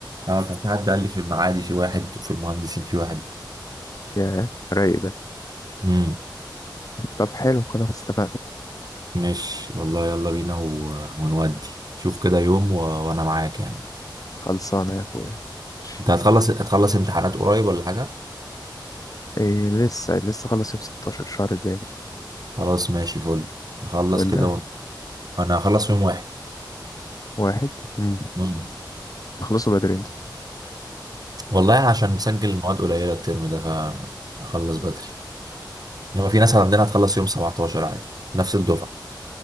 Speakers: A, on the right; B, on the left.
A: اه كان في حد قال لي في المعادي في واحد وفي المهندسين في واحد
B: يا رايق ده
A: امم
B: طب حلو خلاص اتفقنا
A: ماشي والله يلا بينا و... ونودي شوف كده يوم و... وانا معاك يعني
B: خلصانه يا اخويا ماشي.
A: انت هتخلص هتخلص امتحانات قريب ولا حاجة
B: إيه لسه لسه خلص يوم 16 الشهر الجاي
A: خلاص ماشي فل نخلص
B: وانت
A: كده ون... انا هخلص يوم واحد
B: واحد مم.
A: امم
B: خلصوا بدري انتوا
A: والله أنا عشان مسجل المواد قليلة الترم ده فهخلص بدري هو في ناس عندنا هتخلص يوم 17 عادي نفس الدفعة